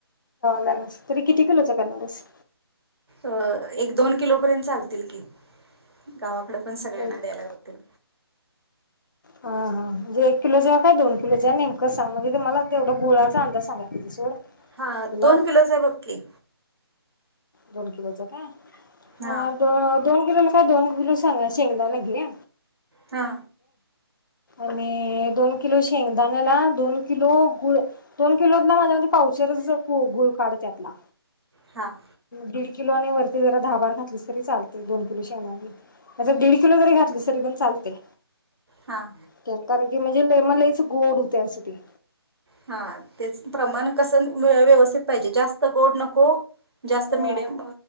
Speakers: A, on the left; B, on the right.
A: जाणार. तरी किती किलोच करणार हायीस?
B: अ एक दोन किलोपर्यत चालतील की गावाकडं. पण सगळ्यांना
A: एक
B: द्यायला गावतील.
A: हा हा म्हणजे एक किलोेच हाय की दोन किलोचं नेमकं सांग म्हणजे मला तेवढा गुळाचा अंदाज सांगाय पाहिजे सोड.
B: हां
A: तुला
B: दोन किलोच बग की.
A: दोन किलोच काय. हं
B: हा
A: दो दोन किलो दोन किलो शेंगा शेंगदान घे. <inaudible>
B: हा
A: आणि दोन किलो शेंगदाण्याला दोन किलो गुळ दोन किलोतला माझ्या मते पावशेरच गुळ काढ त्यातला.
B: हां.
A: दीड किलो आणि वरती जरा दहा भार घातलस तरी चालतंय दोन किलो शेंगदाण्याला. त्यात दीड किलो जरी घातलीस तरी पण चाल्. तंय.
B: हा
A: केमका र <inaudible> की म्हणजे लय म् लईच गोड होत असं ते.
B: हां तेच प्रमाण कसं व्यवस्थित पाहिजे जास्त गोड नको. को. जास्त
A: हो
B: मीडियम